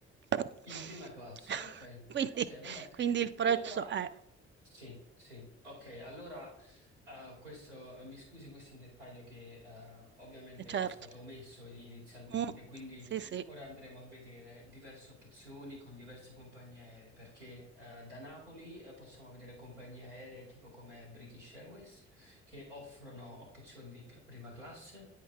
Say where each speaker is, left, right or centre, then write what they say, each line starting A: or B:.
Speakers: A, on the right; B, on the right.
A: <laughs>
B: In prima classe, ok,
A: Quindi
B: ok, vabbè.
A: quindi il prezzo
B: Allora,
A: eh,
B: sì, sì, ok, allora eh, questo, mi scusi, questo è un dettaglio che eh, ovviamente
A: eh certo.
B: era stato omesso in- inizialmente,
A: Mh,
B: quindi
A: sì, sì.
B: ora andremo a vedere diverse opzioni con diverse compagnie aeree, perché eh, da Napoli eh, possiamo vedere compagnie aeree tipo come British Airways, che offrono opzioni di prima classe